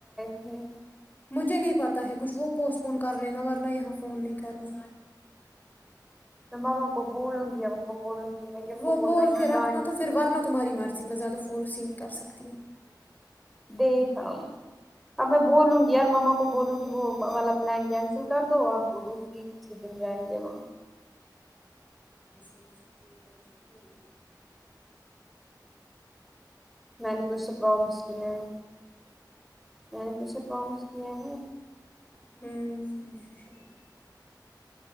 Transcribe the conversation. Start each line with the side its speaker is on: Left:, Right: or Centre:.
Centre: ہاں
Left: مجھے نہیں پتا ہے کچھ وہ پوسٹ فون کر لین ورنہ یہاں فون نہیں کرنا
Centre: میں ماما کو بولوں گی اب ان کو بولوں گی میں کہ ان
Left: وہ
Centre: کو بولنا
Left: بول
Centre: یہاں
Left: کے رکھنا
Centre: گاڑی
Left: تو پھر ورنا تمہاری مرضی میں زیادہ فورس ہی نہیں کر سکتے پتیو
Centre: د ہاؤ اب میں بولوں گی یار ماما کو بولوں گی وہ والا پلان کینسل کر دو اب بر فری کسیھ دن جان جمع
Left: د کاب س دو
Centre: میں نے تو سے پرومس کیا ہے میں نے تے پرومس کیا ہے
Left: ہوں